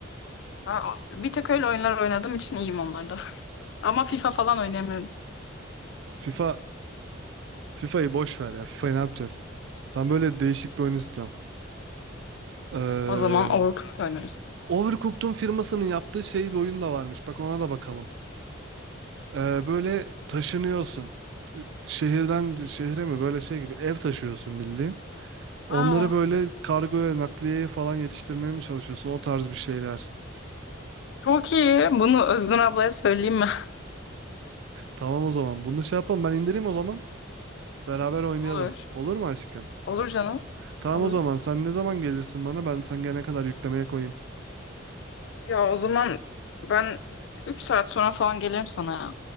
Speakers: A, on the left; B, on the right.
A: Aa, bir tek öyle oyunlar oynadığım için iyiyim onlarda. <laughs> Ama FIFA falan oynayamıyorum.
B: <laughs> FIFA FIFA'yı boş ver ya. FIFA'yı ne yapacağız? Ben böyle değişik bir oyun istiyorum. Eee
A: O zaman Overcooked oynarız.
B: Overcooked'un firmasının yaptığı şey bir oyun da varmış. Bak ona da bakalım. Eee, böyle taşınıyorsun. Şehirden şehre mi? Böyle şey gibi ev taşıyorsun bildiğin. Onları
A: Aa,
B: böyle kargoya, nakliyeye falan yetiştirmeye mi çalışıyorsun? O tarz bir şeyler.
A: çok iyi. Bunu Özgün ablaya söyleyeyim mi?
B: Tamam o zaman. Bunu şey yapalım. Ben indireyim o zaman. Beraber oynayalım.
A: <laughs> Olur.
B: Olur mu aşkım?
A: Olur canım.
B: Tamam
A: Olur.
B: o zaman. Sen ne zaman gelirsin bana? Ben sen gelene kadar yüklemeye koyayım.
A: Ya o zaman ben 3 saat sonra falan gelirim sana ya.